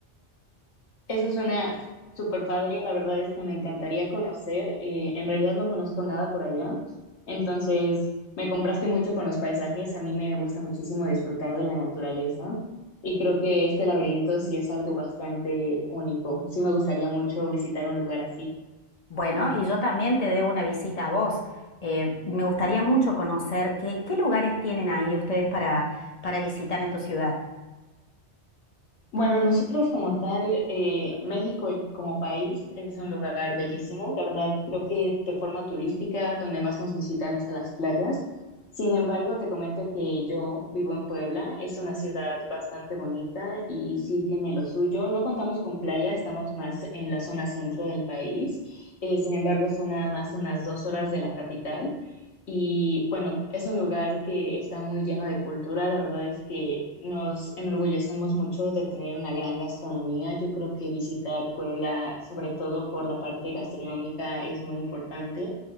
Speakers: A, on the left; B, on the left.
A: Eso suena súper padre, la verdad es que me encantaría conocer. eh, en realidad no conozco nada por allá, entonces me compraste mucho con los paisajes. A mí me gusta muchísimo disfrutar de la naturaleza y creo que este laberinto sí es algo bastante único. Sí me gustaría mucho visitar un lugar así.
B: Bueno, y yo también te debo una visita a vos. Eh, me gustaría mucho conocer qué, qué lugares tienen ahí ustedes para, para visitar en tu ciudad.
A: Bueno, nosotros como tal, eh, México como país es un lugar bellísimo. La verdad, creo que de forma turística, donde más nos visitan es a las playas. Sin embargo, te comento que yo vivo en Puebla. Es una ciudad bastante bonita y sí tiene lo suyo. No contamos con playa, estamos más en la zona centro del país. Eh, sin embargo, son nada más unas dos horas de la capital. Y bueno, es un lugar que está muy lleno de cultura. La verdad es que nos enorgullecemos mucho de tener una gran gastronomía. Yo creo que visitar Puebla, sobre todo por la parte gastronómica, es muy importante.